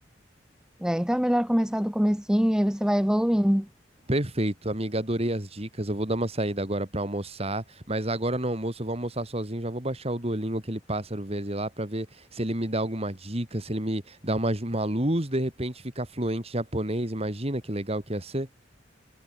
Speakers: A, in the centre; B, on the right.
A: É, então é melhor começar do comecinho e aí você vai evoluindo. <laughs>
B: Perfeito, amiga, adorei as dicas. Eu vou dar uma saída agora pra almoçar, mas agora no almoço eu vou almoçar sozinho, já vou baixar o Duolingo, aquele pássaro verde lá, pra ver se ele me dá alguma dica, se ele me dá uma, ju- uma luz, de repente ficar fluente em japonês. Imagina que legal que ia ser.